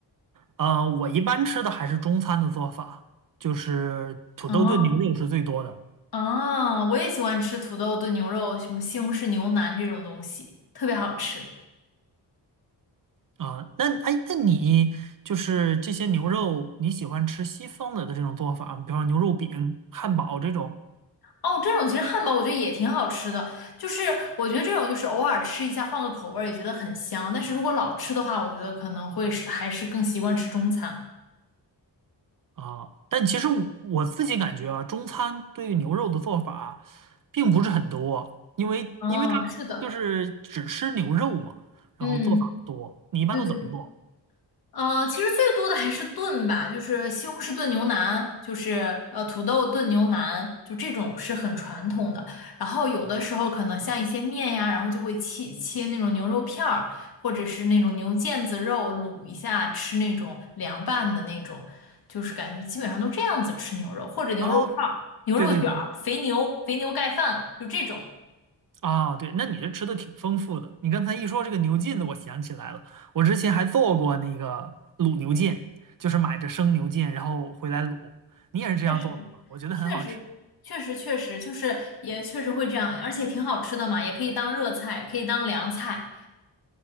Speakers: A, on the right; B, on the left.
A: 啊，我一般吃的还是中餐的做法，就是土豆炖牛肉是最多的
B: 啊，啊，我也喜欢吃土豆炖牛肉，什么西红柿牛腩这种东西，特别好吃。
A: 啊。那哎，那你就是这些牛肉，你喜欢吃西方的的这种做法吗，比方说牛肉饼、汉堡这种？
B: 哦，这种其实汉堡我觉得也挺好吃的，就是我觉得这种就是偶尔吃一下，换个口味儿也觉得很香。但是如果老吃的话，我觉得可能会是还是更习惯吃中餐。
A: 啊，但其实我我自己感觉啊，中餐对于牛肉的做法并不是很多啊，因为因为它就是只吃牛肉嘛，
B: 嗯，是的，
A: 然后做法不多。
B: 嗯，
A: 你一般都怎么做？
B: 对对对。呃，其实最多的还是炖吧，就是西红柿炖牛腩，就是呃土豆炖牛腩，就这种是很传统的。然后有的时候可能像一些面呀，然后就会切切那种牛肉片儿，或者是那种牛腱子肉卤一下吃那种凉拌的那种，就是感觉基本上都这样子吃牛肉，或者牛肉串儿、
A: 然后
B: 牛肉卷儿、
A: 对对对
B: 肥牛、肥牛盖饭，就这种。
A: 啊，对，那你这吃的挺丰富的。你刚才一说这个牛腱子，我想起来了，我之前还做过那个卤牛腱，就是买着生牛腱然后回来卤。你也是这样做的吗？
B: 确实，
A: 我觉得很好吃。
B: 确实，确实，确实，就是也确实会这样，而且挺好吃的嘛，也可以当热菜，可以当凉菜，